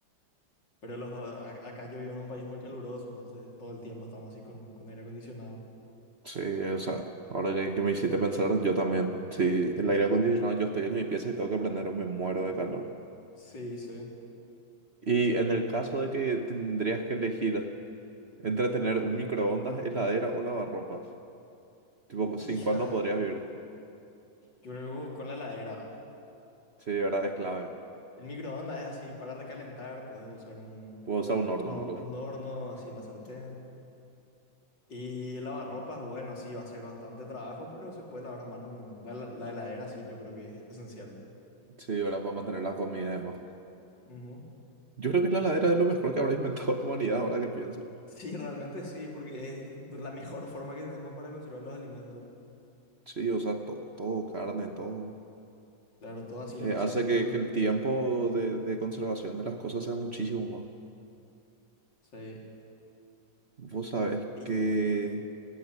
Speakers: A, on the left; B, on the right.
A: pero los, a- acá yo vivo en un país muy caluroso, entonces todo el tiempo estamos así con, con aire acondicionado.
B: Sí, o sea, ahora que, que me hiciste pensar, yo también. Sí, el
A: Ujú.
B: aire acondicionado, yo estoy en mi pieza y tengo que prender o me muero de calor.
A: Sí, sí.
B: Y en el caso de que tendrías que elegir entre tener un microondas, heladera o lavarropas, tipo, sin
A: Hija,
B: cuál no podrías vivir.
A: yo creo que con la heladera.
B: Sí, de verdad, es clave.
A: El microondas es así para recalentar, puedes usar un,
B: Puedo usar un horno
A: un,
B: o algo.
A: un horno así en la sartén. Y el lavarropas, bueno, sí, va a ser bastante trabajo, pero se puede lavar a mano. también. La, la- la heladera, sí, yo creo que es esencial.
B: Sí, ahora para mantener la comida además.
A: Ujú.
B: Yo creo que la heladera es lo mejor que habrá inventado <laughs> la humanidad, ahora que pienso.
A: Sí, realmente sí, porque es la
B: Eh,
A: mejor forma que tenemos para conservar los alimentos.
B: Sí, o sea, to- todo, carne, todo.
A: Claro, todo así
B: Eh,
A: lo que
B: hace
A: se pudre.
B: que, que el tiempo de, de conservación de las cosas sea muchísimo
A: Sí.
B: más. Vos sabés
A: Y
B: que...